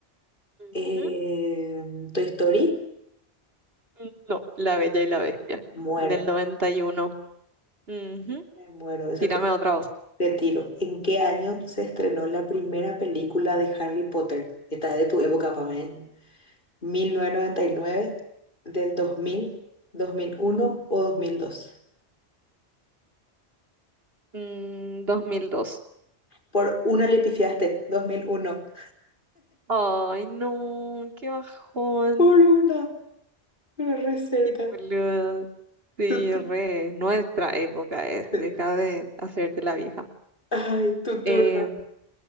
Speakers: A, on the left; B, on the right.
A: Eh,
B: Ujú.
A: Toy Story,
B: Mm, No, La Bella y la Bestia,
A: muero,
B: en el 91. Ujú.
A: me muero, esa
B: Tírame
A: te,
B: otra voz.
A: te tiro. ¿En qué año se estrenó la primera película de Harry Potter? Esta es de tu época, Pamela. ¿mil novecientos noventa y nueve del dos dos mil dos mil uno o dos mil dos
B: Mm, dos mil dos.
A: Por una le pifiaste, dos mil uno
B: Ay, no, qué bajón.
A: Por una, pero re cerca.
B: Qué boluda. Sí,
A: Tu, tu-
B: re, nuestra época es, deja
A: eh,
B: de hacerte la vieja.
A: Ay, tu turno.
B: Eh,